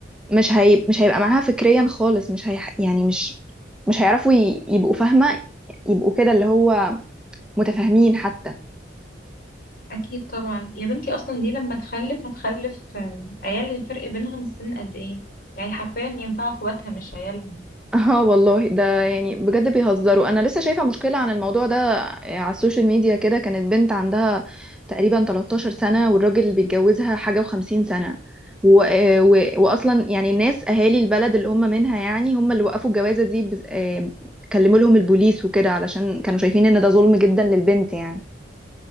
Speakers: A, in the centre; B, on the left.
A: مش هي مش هيبقى معاها فكريا خالص مش هي يعني مش مش هيعرفوا ي- يبقوا فاهمة يبقوا كده اللي هو متفاهمين حتى
B: أكيد طبعا يا بنتي أصلا دي لما تخلف هتخلف آه، عيال الفرق بينهم السن قد إيه يعني حرفيا ينفعوا أخواتها مش عيالهم
A: اه والله ده يعني بجد بيهزروا انا لسه شايفه مشكله عن الموضوع ده على السوشيال ميديا كده كانت بنت عندها تقريبا 13 سنه والراجل اللي بيتجوزها حاجه و50 سنه و... آه، و... واصلا يعني الناس اهالي البلد اللي هم منها يعني هم اللي وقفوا الجوازه دي ب... آه، كلموا لهم البوليس وكده علشان كانوا شايفين ان ده ظلم جدا للبنت يعني